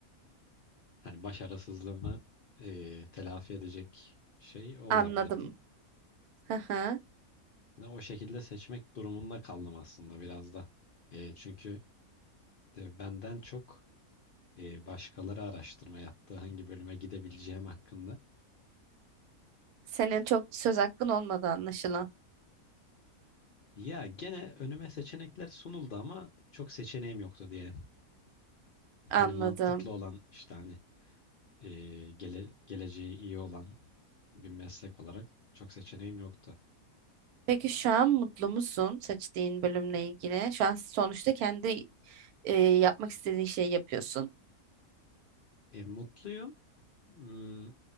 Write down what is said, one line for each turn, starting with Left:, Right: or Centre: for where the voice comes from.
Left: Hani başarısızlığımı e, telafi edecek şey o olabilirdi.
Right: Anladım. Hı hı.
Left: Ve O şekilde seçmek durumunda kaldım aslında biraz da. E, çünkü e, benden çok e, başkaları araştırma yaptı, hangi bölüme gidebileceğim hakkında.
Right: Senin çok söz hakkın olmadı anlaşılan.
Left: Ya gene önüme seçenekler sunuldu ama çok seçeneğim yoktu diyelim.
Right: Anladım.
Left: Yani mantıklı olan işte hani e, gele, geleceği iyi olan bir meslek olarak çok seçeneğim yoktu.
Right: Peki şu an mutlu musun seçtiğin bölümle ilgili? Şu an sonuçta kendi e, yapmak istediğin şeyi yapıyorsun.
Left: E, mutluyum. Hmm,